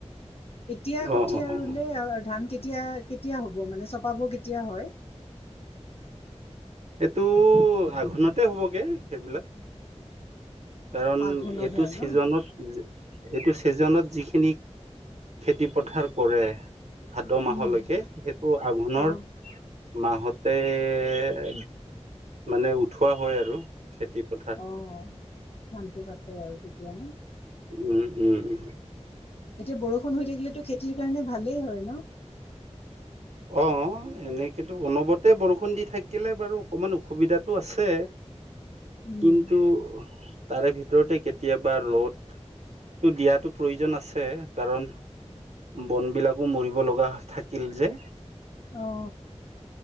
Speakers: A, on the left (about 60°); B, on the right (about 75°).
A: এতিয়া
B: অ
A: কঠীয়া
B: অ অ
A: ৰুলে
B: অ
A: আৰু ধান কে। এতিয়া কেতিয়া হ'ব মানে চপাব কেতিয়া হয়?
B: এইটো আঘোণতে হ'বগে সেইবিলাক। কাৰণ
A: আঘোণত
B: এইটো
A: হয়
B: ছিজনত।
A: ন
B: এইটো ছিজনত যিখিনি খেতি পথাৰ কৰে। ভাদ মাহলৈকে
A: উম
B: সেইটো আঘোণৰ
A: অ
B: মাহত। তাতে মানে উঠোৱা হয় আৰু। খেতি পথাৰ
A: অ ধানটো কাতে আৰু তেতিয়া নো।
B: উম উম উম
A: এতিয়া বৰষুণ হৈ থাকিলেটো খেতিৰ কাৰণে ভালেই হয় ন।
B: অ এনেকেতো অনবৰতে বৰষুণ দি থাকিলে বাৰু অকমান অসুবিধাটো আছে।
A: উম
B: কিন্তু। তাৰে ভিতৰতে কেতিয়াবা ৰ'দটো দিয়াটো প্ৰয়োজন আছে কাৰণ। বন বিলাকো মৰিব লগা থাকিল যে।
A: অ